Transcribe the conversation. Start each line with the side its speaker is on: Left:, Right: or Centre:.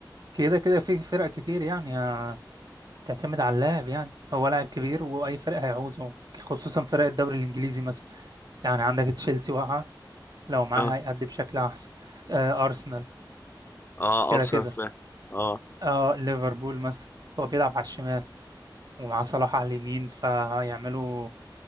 Right: كده كده في فرق كتير يعني آه، تعتمد على اللاعب يعني هو لاعب كبير وأي فريق هيعوزه خصوصا فرق الدوري الإنجليزي مثلا يعني عندك تشيلسي واقعة لو معاه
Left: اه
Right: هيأدي بشكل أحسن آه، أرسنال
Left: اه
Right: كده
Left: ارسنال
Right: كده
Left: فعلا. اه
Right: اه ليفربول مثلا هو بيلعب على الشمال ومع صلاح على اليمين فهيعملوا